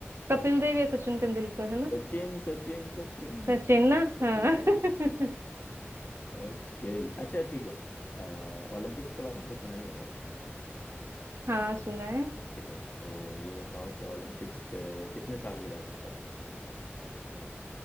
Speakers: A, on the left; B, on the right.
A: है
B: कपिल
A: यस
B: देव या सचिन तेंदुलकर है ना
A: सचिन सचिन सचिन
B: सचिन
A: <laughs>
B: ना
A: कपिल
B: हाँ
A: देव ओके अच्छा ठीक है अ, ओलंपिक्स के बारे में तो सुना ही होगा
B: <laughs> हाँ सुना है
A: ठीक है तो ये बताओ कि ओलंपिक्स के कितने साल के बाद होता है